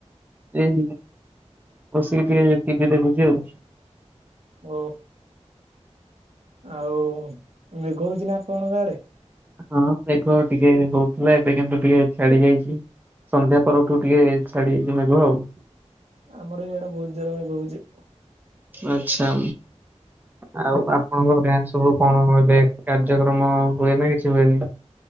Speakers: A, on the right; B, on the right.
A: ଏଇ ବସିକି ଟିକେ ଟିଭି ଦେଖୁଛି ଆଉ
B: ଓ ଆଉ ମେଘ ହଉଛି ନା ଆପଣଙ୍କ ଆଡ଼େ
A: ହଁ ମେଘ ଟିକେ ହଉଥିଲା ଏବେ କିନ୍ତୁ ଟିକେ ଛାଡି ଯାଇଛି ସନ୍ଧ୍ୟା ପରଠୁ ଟିକେ ଛାଡି ଯାଇଛି ମେଘ ଆଉ
B: ଆମର ଏଇଆଡା ବହୁତ ଜୋରେ ମେଘ ହୋଉଛି
A: ଆଚ୍ଛା ଆଉ ଆପଣଙ୍କ ଗାଁ ସବୁ କଣ ଏବେ କାର୍ଯ୍ୟକ୍ରମ ହୁଏ ନା କିଛି ହୁଏନି